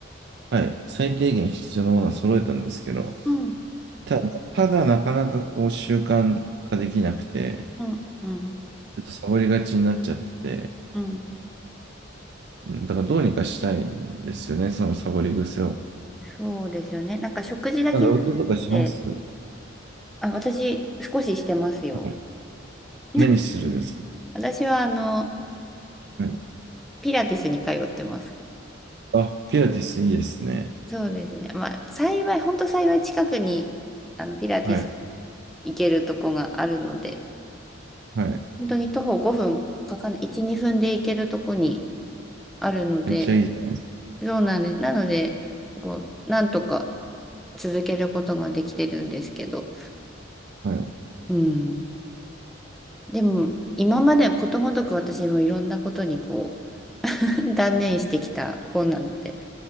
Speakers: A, on the right (about 55°); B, in the centre.
A: はい、最低限必要なものは揃えたんですけど、
B: うん、
A: ただ、ただなかなかこう習慣化できなくて、
B: うん、うん、
A: ちょっとサボりがちになっちゃってて、
B: うん。
A: うんだからどうにかしたいんですよね、そのサボり癖を。
B: そうですよね。なんか食事だけじゃなくて、
A: なんか運動とかします
B: あ、私少ししてますよ。
A: はい。
B: <laughs>
A: 何するんですか
B: 私はあの、
A: はい。
B: ピラティスに通ってます。
A: あ、ピラティスいいですね。
B: そうですね。まあ、幸い、本当幸い近くに、あの、ピラティス
A: はい。
B: 行けるとこがあるので、
A: はい。
B: 本当に徒歩5分かかんない、1、2分で行けるとこにあるので、
A: めっちゃいいじゃないです
B: そうなんです。なので、こう、なんとか続けることができてるんですけど、
A: か。はい。
B: うん。でも、今までことごとく私もいろんなことにこう、<laughs> 断念してきた方なので、